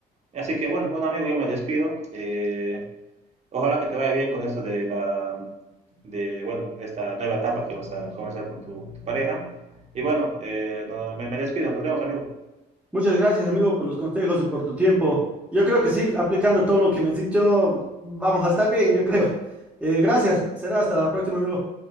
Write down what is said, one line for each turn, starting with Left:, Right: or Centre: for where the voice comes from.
Right: Así que bueno, bueno amigo, yo me despido. Eh, Ojalá que te vaya bien con eso de la, de, bueno, esta nueva etapa que vas a comenzar con tu, con tu pareja. Y bueno, eh, no- me, me despido. Nos vemos, amigo.
Centre: Muchas gracias, amigo, por los consejos y por tu tiempo. Yo creo que sí, aplicando todo lo que me has dicho, vamos a estar bien, yo creo. Eh, gracias. Será hasta la próxima, amigo.